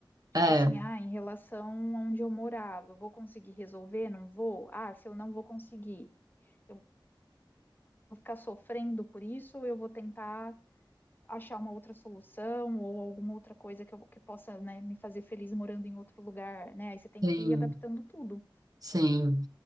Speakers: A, on the left; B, on the right.
A: Tipo
B: é,
A: assim, ah, em relação a onde eu morava, eu vou conseguir resolver? Não vou? Ah, se eu não vou conseguir, eu vou ficar sofrendo por isso, eu vou tentar achar uma outra solução ou alguma outra coisa que, eu, que possa, né, me fazer feliz morando em outro lugar, né? Aí você tem
B: sim,
A: que ir adaptando tudo.
B: sim.